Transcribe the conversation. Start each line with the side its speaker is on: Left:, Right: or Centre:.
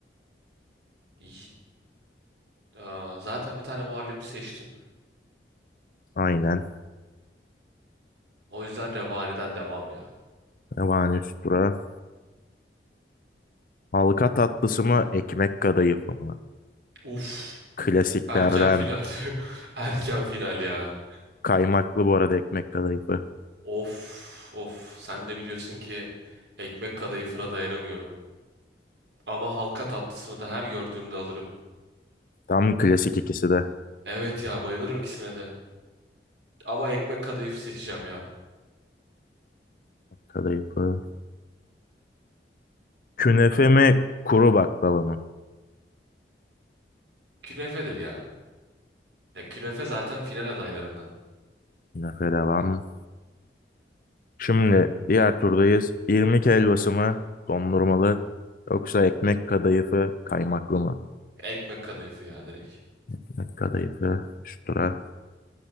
Right: Y- Aa, zaten bir tane muhallebi seçtim.
Left: Aynen.
Right: O yüzden Revani'den devam ya.
Left: Revani üstüra. Halka tatlısı mı, ekmek kadayıfı mı?
Right: Uf.
Left: Klasiklerden.
Right: Erken final. <laughs> Erken final ya.
Left: Kaymaklı bu arada ekmek kadayıfı.
Right: Of of. Sen de biliyorsun ki ekmek kadayıfına dayanamıyorum. Ama halka tatlısını da her gördüğümde alırım.
Left: Tam klasik ikisi de.
Right: Evet ya bayılırım ikisine de. Ama ekmek kadayıfı seçeceğim ya.
Left: Kadayıfı. Künefe mi, kuru baklava mı?
Right: Künefedir ya. Ya künefe zaten final adaylarından.
Left: Künefe devam. Şimdi diğer turdayız. İrmik helvası mı, dondurmalı yoksa ekmek kadayıfı, kaymaklı mı?
Right: Ekmek kadayıfı ya direkt.
Left: Ekmek kadayıfı, üstüra.